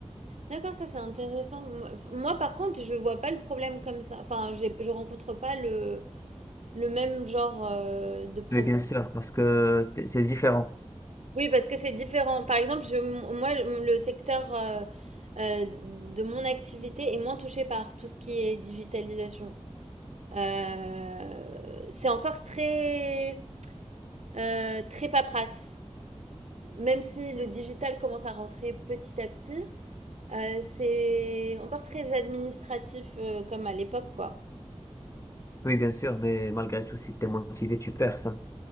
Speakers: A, on the right; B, on the left.
A: D'accord, ça c'est intéressant. Moi, moi, par contre, je vois pas le problème comme ça. Enfin, j'ai- je rencontre pas le, le même genre euh, de problème.
B: Mais bien sûr, parce que t- c'est différent.
A: Oui, parce que c'est différent. Par exemple, je, moi, le secteur euh, euh, de mon activité est moins touché par tout ce qui est digitalisation. Euh, c'est encore très, euh, très paperasse. Même si le digital commence à rentrer petit à petit, euh, c'est encore très administratif euh, comme à l'époque, quoi.
B: Oui, bien sûr, mais malgré tout, si t'es motivé, tu perds ça.